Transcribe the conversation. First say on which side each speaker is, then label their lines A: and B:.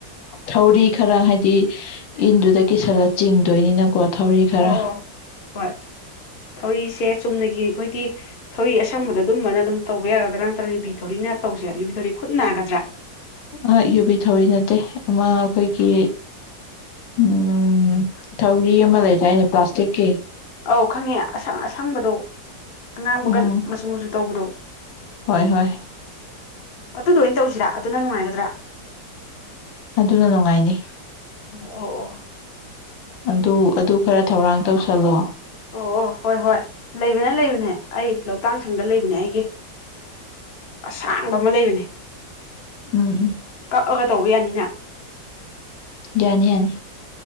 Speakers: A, on the left; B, on the left.
A: ꯊꯧꯔꯤ ꯈꯔ ꯍꯥꯏꯗꯤ ꯏꯟꯗꯨꯗ ꯀꯤꯁꯜꯂ ꯆꯤꯡꯗꯣꯏꯅꯤꯅꯀꯣ꯫ ꯊꯧꯔꯤ ꯈꯔ
B: ꯑꯣ ꯑꯣ ꯍꯣꯏ ꯊꯧꯔꯤꯁꯦ ꯆꯨꯝꯅꯒꯤ ꯑꯩꯈꯣꯏꯒꯤ ꯊꯧꯔꯤ ꯑꯁꯪꯕꯗꯣ ꯑꯗꯨꯝꯕꯅ ꯑꯗꯨꯝ ꯇꯧꯕ ꯌꯥꯒꯗ꯭ꯔꯥ ꯅꯠꯇ꯭ꯔꯒ ꯌꯨꯕꯤ ꯊꯧꯔꯤꯅ ꯇꯧꯁꯦ ꯌꯨꯕꯤ ꯊꯧꯔꯤ ꯈꯨꯠ ꯅꯥꯒꯗ꯭ꯔꯥ꯫
A: ꯑ ꯌꯨꯕꯤ ꯊꯧꯔꯤ ꯅꯠꯇꯦ ꯑꯃ ꯑꯩꯈꯣꯏꯒꯤ ꯎꯝ ꯊꯧꯔꯤ ꯑꯃ ꯂꯩꯗꯥꯏꯅꯦ ꯄ꯭ꯂꯥꯁꯇꯤꯛꯀꯤ꯫
B: ꯑꯧ ꯈꯪꯉꯦ ꯑꯁꯪ ꯑꯁꯪꯕꯗꯣ ꯑꯉꯥꯡꯕꯒ
A: ꯎꯝ
B: ꯃꯆꯨ ꯃꯆꯨ ꯇꯧꯕꯗꯣ
A: ꯍꯣꯏ ꯍꯣꯏ꯫
B: ꯑꯗꯨꯗꯨ ꯑꯣꯏꯅ ꯇꯧꯁꯤꯔꯥ ꯑꯗꯨꯅ ꯅꯨꯡꯉꯥꯏꯒꯗ꯭ꯔꯥ꯫
A: ꯑꯗꯨꯅ ꯅꯨꯡꯉꯥꯏꯅꯤ꯫
B: ꯑꯣ ꯑꯣ꯫
A: ꯑꯗꯨ ꯑꯗꯨ ꯈꯔ ꯊꯧꯔꯥꯡ ꯇꯧꯁꯜꯂꯣ꯫
B: ꯑꯣ ꯑꯣ ꯍꯣꯏ ꯍꯣꯏ ꯂꯩꯕꯅ ꯂꯩꯕꯅꯦ ꯑꯩ ꯂꯧꯇꯥꯡ ꯁꯪꯗ ꯂꯩꯕꯅꯦ ꯑꯩꯒꯤ ꯑꯁꯥꯡꯕ ꯑꯃ ꯂꯩꯕꯅꯦ꫰꫰
A: ꯎꯝ ꯎꯝ꯫
B: ꯀꯛꯑꯒ ꯇꯧꯕ ꯌꯥꯅꯤꯅ꯫
A: ꯌꯥꯅꯤ ꯌꯥꯅꯤ꯫